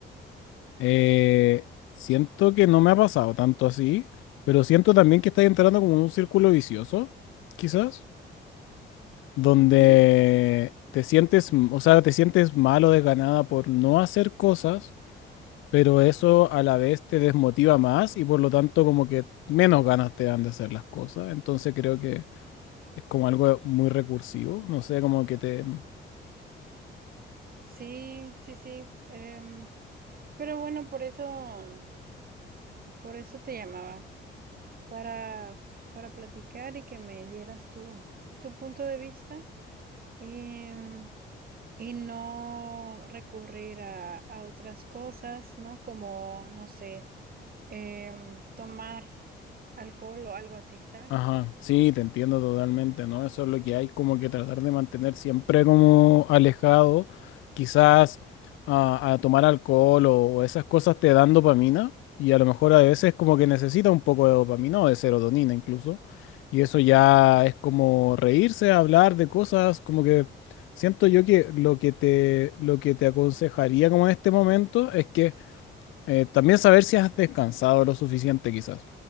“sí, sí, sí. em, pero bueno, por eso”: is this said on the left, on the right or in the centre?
Right